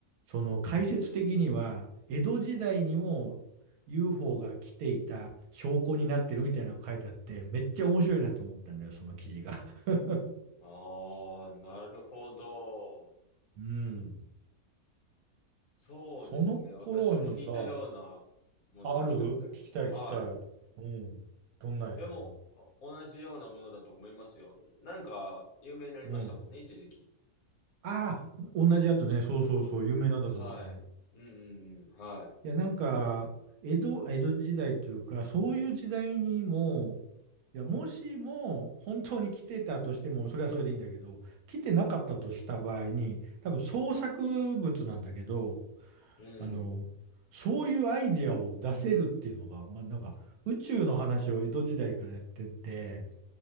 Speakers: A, on the right; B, on the left.
A: その解説的には、江戸時代にも UFO が来ていた証拠になってるみたいなのが書いてあって、めっちゃ面白いなと思ったのよ、その記事が。<laughs>
B: ああ、なるほど。
A: うん。
B: そうですね。
A: その頃にさ、
B: 私も似たようなものは見たことあります。
A: ある聞きたい聞きたい。
B: は
A: うん。どんなやつ
B: い。いや、もう、同じようなものだと思いますよ。なんか、有名になりましたもんね、
A: うん。
B: 一時期。
A: ああ、同じやつね。そうそうそう、有名なんだと思う。
B: はい。うんうんうん。は
A: いや、なんか、江戸、江戸時代っていうか、そういう時代にも、いや、もしも本当に来てたとしても、それはそれでいいんだけど、来てなかったとした場合に、多分創作物なんだけど、
B: い。うん。
A: あの、そういうアイディアを出せるっていうのが、まあ、なんか、宇宙の話を江戸時代からやってて、